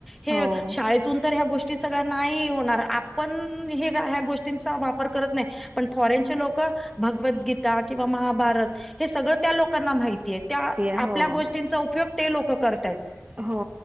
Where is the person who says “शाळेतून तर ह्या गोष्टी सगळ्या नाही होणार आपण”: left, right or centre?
Centre